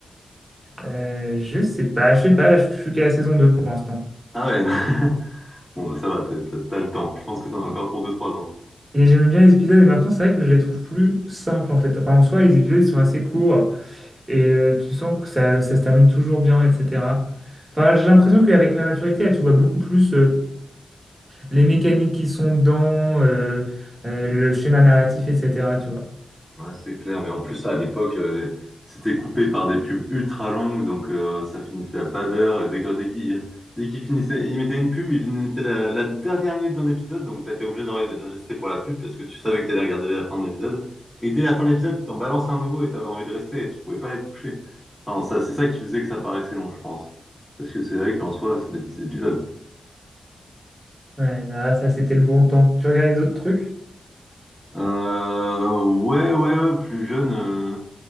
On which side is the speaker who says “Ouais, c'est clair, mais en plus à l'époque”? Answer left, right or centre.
Centre